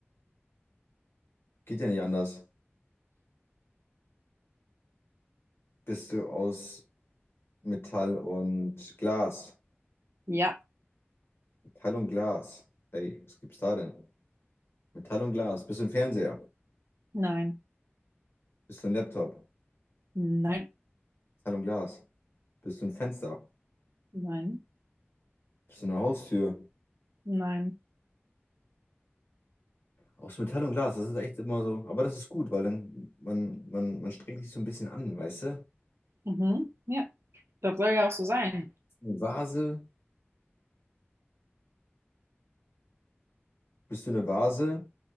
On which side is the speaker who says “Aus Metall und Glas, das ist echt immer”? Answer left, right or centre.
Left